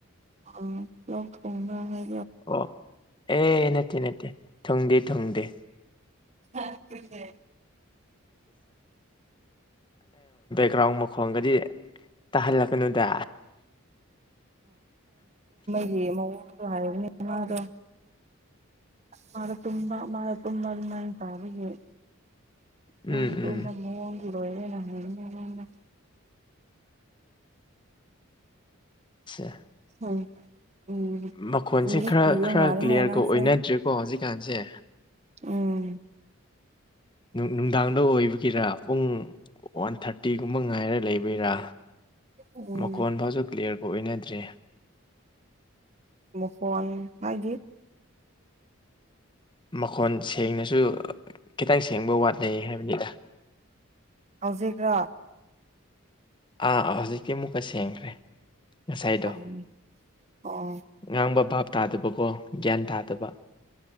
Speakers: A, on the right; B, on the left.
A: ꯑ ꯂꯧ ꯊ ꯐꯗ ꯍꯥꯏ
B: ꯑꯣ ꯑꯦꯅꯦꯇꯅꯦꯇꯦ ꯊꯨꯡꯗꯤꯦ ꯊꯨꯡꯗꯦ
A: ꯑ
B: ꯒ꯭ꯔꯥꯎꯟ ꯃ ꯈꯣꯡꯒꯗꯤ ꯇꯥꯍꯜꯂꯛꯀꯅꯨꯗ
A: ꯃ ꯍꯥꯏ ꯃꯥꯗꯣ ꯃꯥꯔ ꯇꯨꯝꯃ ꯃꯥꯔ ꯇꯨꯝꯃ ꯑꯗꯨꯅꯥꯏ ꯇ ꯍꯧꯒ
B: ꯎꯝ
A: ꯅꯪ ꯇ
B: ꯎꯝ
A: ꯅꯣꯣꯦꯅ
B: ꯑꯦ
A: ꯎꯝ ꯎꯝ
B: ꯃꯈꯣꯟꯁꯦ
A: ꯀꯤꯗꯤ
B: ꯈꯔ
A: ꯀꯤꯕ
B: ꯈꯔ
A: ꯃꯥꯜꯂꯦꯍꯦ
B: ꯀ꯭ꯂꯤꯌꯥꯔꯒ
A: ꯅꯪꯁꯦ
B: ꯑꯣꯏꯅꯗ꯭ꯔꯦꯀꯣ ꯍꯧꯖꯤꯛꯀꯥꯟꯁꯦ
A: ꯎꯝ
B: ꯅꯨꯡꯗꯥꯡꯗ ꯑꯣꯏꯕꯒꯤꯔꯥ ꯄꯨꯡ ꯋꯥꯟ ꯊꯥꯔꯇꯤꯒꯨꯝꯕ ꯉꯥꯏꯔ ꯂꯩꯕꯒꯤꯔ
A: ꯎꯝ
B: ꯃꯀꯣꯟ ꯐꯥꯁꯨ ꯀ꯭ꯂꯤꯌꯥꯔꯒ ꯑꯣꯏꯅꯗ꯭ꯔꯦ
A: ꯃ ꯐꯣꯟ ꯃꯥꯒꯤꯦ
B: ꯃꯈꯣꯟ ꯁꯦꯡꯅꯁꯨ ꯈꯤꯇꯪ ꯁꯦꯡꯕ ꯋꯥꯠꯅꯩ ꯍꯥꯏꯕꯅꯤꯗ
A: ꯍꯧꯖꯤꯛꯀ
B: ꯑꯥ ꯑꯥ ꯍꯧꯖꯤꯛꯇꯤ ꯑꯃꯨꯛꯀ ꯁꯦꯡꯈ꯭ꯔꯦ ꯉꯁꯥꯏꯗꯣ
A: ꯎꯝ ꯑꯣ
B: ꯉꯥꯡꯕ ꯚꯥꯞ ꯇꯥꯗꯕꯀꯣ ꯒ꯭ꯌꯥꯟ ꯇꯥꯗꯕ